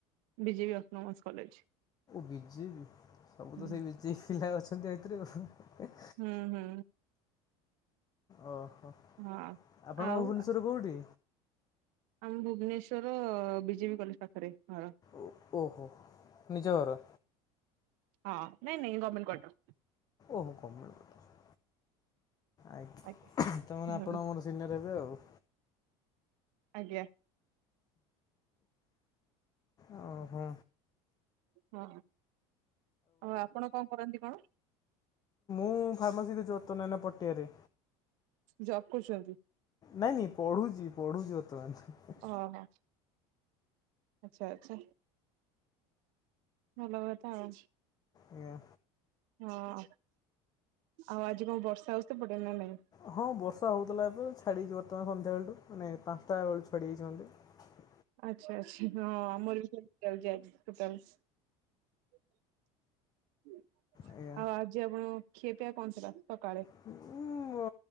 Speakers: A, on the right; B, on the left.
A: B J P autonomous college.
B: B J P ସବୁ
A: ହୁଁ
B: ତ ସେଇ ବିଜେ ପି ପିଲା ଅଛନ୍ତି ଏଥିରେ।
A: ହୁଁ ହୁଁ
B: ଓହୋ
A: ହଁ।
B: ଆପଣଙ୍କ
A: ଆଉ ଆମ ଭୁବନେଶ୍ଵର ବିଜେ ପି କଲେଜ ପାଖରେ ଘର।
B: ଓ ଓହୋ ନିଜର ଘର।
A: ହଁ ନାଇଁ ନାଇଁ ଗମେଣ୍ଟ କ୍ୱାର୍ଟର।
B: ଓହୋ ଗମେଣ୍ଟ କ୍ୱାର୍ଟର। ଆଜ୍ଞା
A: କ୍ୱାର୍ଟର।
B: ତା ମାନେ ଆପଣ
A: ଆଜ୍ଞା ହଁ
B: ମୋର ସିନିୟର ହେବେ ଆଉ।
A: ଆଜ୍ଞା।
B: ଓ ହୁଁ।
A: ହଁ ଆଉ ଆପଣ କଣ କରନ୍ତି କଣ?
B: ମୁଁ ଫାର୍ମାସି ସେ ଜତ ନାଇ ନା ପଟିଆରେ।
A: ଜବ୍ କରୁଛନ୍ତି।
B: ନାଇଁ ନାଇଁ ପଢୁଛି ପଢୁଛି ବର୍ତ୍ତମାନ ହେ।
A: ଓହୋ ଆଚ୍ଛା ଆଚ୍ଛା ଭଲ କଥା ଆଉ।
B: ଆଜ୍ଞା।
A: ହଁ। ଆଉ ଆଜି କଣ ବର୍ଷା ହଉଚି ସେପଟେ ନା ନାଇଁ?
B: ହଁ ବର୍ଷା ହଉଥିଲା ଏବେ ଛାଡିଚି ବ ତମାନ ସନ୍ଧ୍ୟାବେଳୁଠୁ ମାନେ ପାଞ୍ଚଟା ବେଳୁ ଛାଡ଼ିଯାଇଛି ଘଣ୍ଟେ।
A: ଆଚ୍ଛା ଆଚ୍ଛା ହଁ ଆମର ବି ସେମିତି ଚାଲିଚି ଆଜି। ଉପବାସ
B: ଆଜ୍ଞା
A: ଆଉ ଆଜି ଆପଣ। ଖିଆ ପିଆ କଣ ଥିଲା ସକାଳେ?
B: ଉଁ